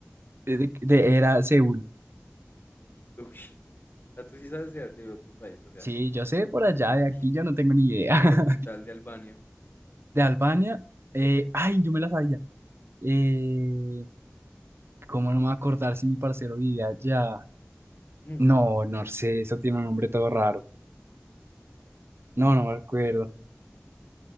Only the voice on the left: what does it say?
Uy, o sea, tú sí sabes de, de otro país, o sea,
entonces,
capi-
capital de Albania.
Ujú.